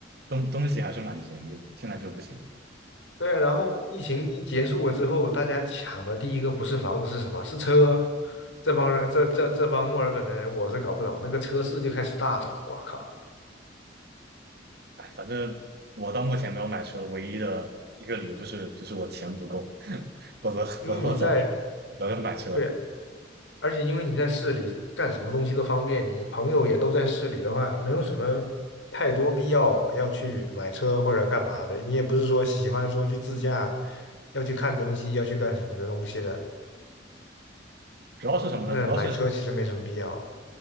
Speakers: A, on the right; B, on the left.
A: 东东西还是蛮便宜的，现在就不行了。
B: 对啊然后疫情一结束了之后，大家抢的第一个不是房子是什么？是车。这帮人，这这这帮墨尔本的人，我是搞不懂，那个车市就开始大涨，我靠！
A: 哎，反正我到目前没有买车，唯一的一个理由就是就是我钱不够，<laughs> 否则否则我早就
B: 因为你在。
A: 早就买车了
B: 对，而且因为你在市里干什么东西都方便，你朋友也都在市里的话，没有什么太多必要要去买车或者干嘛的。你也不是说喜欢说去自驾，要去看东西，要去干什么的东西的。
A: 主要是什么呢？
B: 那买车其实没什么必要。
A: 主要是